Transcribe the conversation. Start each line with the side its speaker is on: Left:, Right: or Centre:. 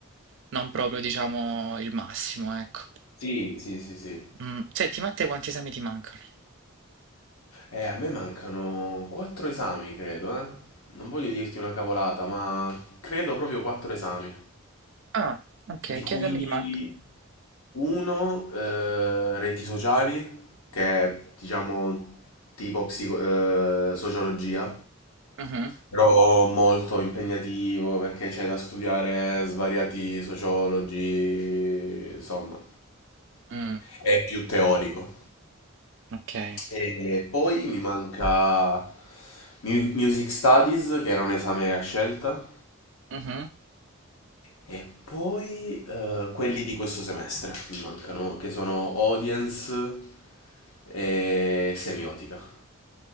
Right: non proprio, diciamo, il massimo, ecco.
Left: Sì, sì, sì, sì.
Right: Mm, Senti, ma a te quanti esami ti mancano?
Left: Eh, a me mancano quattro esami, credo, eh. Non voglio dirti una cavolata, ma credo proprio quattro esami.
Right: Ah, okay,
Left: di cui
Right: chiedami di man
Left: uno, eh, reti sociali, che è diciamo tipo psico- eh, sociologia,
Right: mh-mh,
Left: però molto impegnativo perché c'è da studiare svariati sociologi, insomma,
Right: mh,
Left: è più teorico.
Right: okay,
Left: E poi mi manca mu- Music Studies, che era un esame a scelta,
Right: mh-mh.
Left: E poi eh, quelli di questo semestre mi mancano, che sono audience e semiotica.